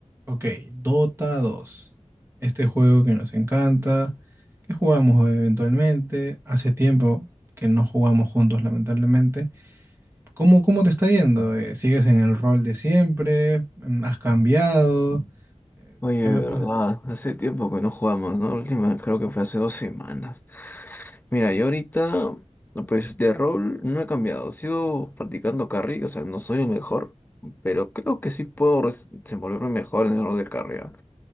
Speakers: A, on the right (about 20°); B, on the left (about 15°).
A: Ok, Dota dos, Este juego que nos encanta, que jugamos eventualmente. Hace tiempo que no jugamos juntos, lamentablemente. ¿Cómo, cómo te está yendo? Eh, ¿sigues en el rol de siempre? Mm, ¿Has cambiado? Eh,
B: Oye,
A: ¿Qué me
B: de
A: puedes...?
B: verdad, hace tiempo que no jugamos, ¿no? La última creo que fue hace dos semanas. Mira, yo ahorita, pues de rol no he cambiado, sigo practicando carry, o sea, no soy el mejor, pero creo que sí puedo res- desenvolverme mejor en el rol de carry. ¿ah?